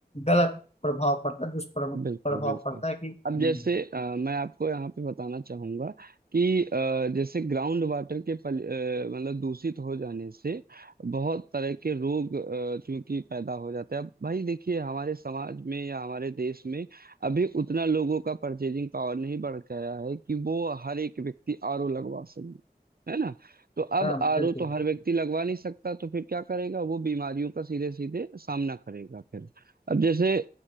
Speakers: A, on the left; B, on the right.
A: गलत प्रभाव पड़ता है दुष्प्रभाव
B: बिल्कुल
A: प्रभाव
B: बिल्कुल
A: पड़ता है कि हम्म,
B: अब जैसे अ, मैं आपको यहाँ पे बताना चाहूंगा कि अ, जैसे ग्राउंड वाटर के पल, अ, मतलब दूषित हो जाने से बहुत तरह के रोग अ, चूंकि पैदा हो जाते हैं अब भाई देखिए हमारे समाज में या हमारे देश में अभी उतना लोगों का परचेजिंग पावर नहीं बढ़ गया है कि वो हर एक व्यक्ति आरओ लगवा सके है ना तो अब
A: हाँ
B: आरओ
A: बिल्कुल
B: तो हर व्यक्ति लगवा नहीं सकता तो फिर क्या करेगा वो बीमारियों का सीधे सीधे सामना करेगा फिर अब जैसे अ,